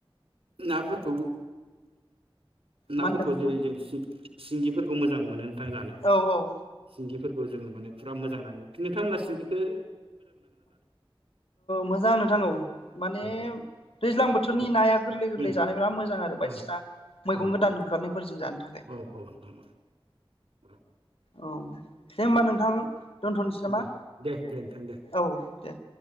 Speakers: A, on the right; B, on the left.
A: नाफोरखौबो नाफोरखौ
B: मा होनदों नोंथां
A: जेरै जों सिं सिंगिफोरखौ मोजां मोनो। थां जानो
B: औ औ
A: सिंगिफोर बे जोङो माने फुरा मोजां नाङो। नोंथांमोना सिंगिखो
B: मोजां नोंथां औ माने
A: औ
B: दैज्लां बोथोरनि
A: औ
B: नाया गोरलै गोरलै
A: उम
B: जानो बिराद मोजां आरो बायदिसिना
A: औ
B: मैगं
A: औ नोंथां
B: गोदान ओंखारनायफोरजों जानो था
A: औ औ औ <unintelligible>
B: औ दे होमबा नोंथां दोनथ'नोसै नामा
A: दे दे दे नोंथां दे
B: औ दे